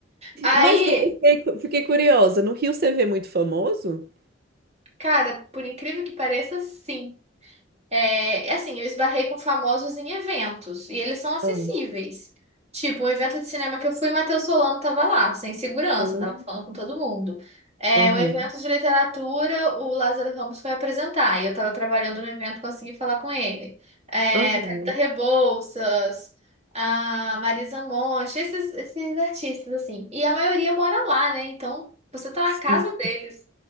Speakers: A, on the right; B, on the right.
A: Aí,
B: Mas eu fiquei, fiquei curiosa. No Rio você vê muito famoso?
A: cara, por incrível que pareça, sim. É, assim, eu esbarrei com famosos em eventos e eles são acessíveis.
B: ah
A: Tipo, um evento de cinema que eu fui, Matheus Solano tava lá, sem segurança,
B: ah,
A: tava falando com todo mundo. É,
B: aham,
A: um evento de literatura, o Lázaro Ramos foi apresentar e eu tava trabalhando no evento, consegui falar com ele. É,
B: aham.
A: Thalita Rebouças, a Marisa Monte, esses, esses artistas, assim. E a maioria mora lá, né? Então, você tá na
B: Sim,
A: casa deles.